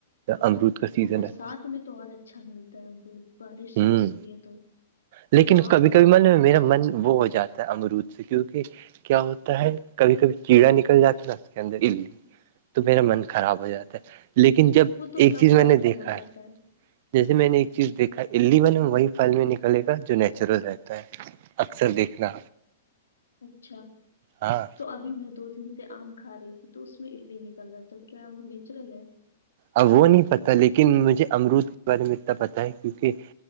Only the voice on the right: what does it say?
امرود کا سیزن
رہتا ہے
ہوں
لیکن
کبھی
کبھی
من میں
میرا
من
وہ ہو جاتا ہے امرود کیوںکہ کیا ہوتا ہے کبھی کبھی کیڑا نکل جاتا نا اس کے اندر الی تو میرا من خراب ہو جاتا ہے لیکن جب
ایک
چیز
میں نے دیکھا
ہے جیسے میں نے ایک چیز دیکھی الی بل وہی پھل میں نکلے گا جو نیچرل رہتا ہے اکثر دیکھنا
ہاں
اب وہ نہیں پتا لیکن مجھے امرود کے بارے میں اتنا پتا ہے کیونکہ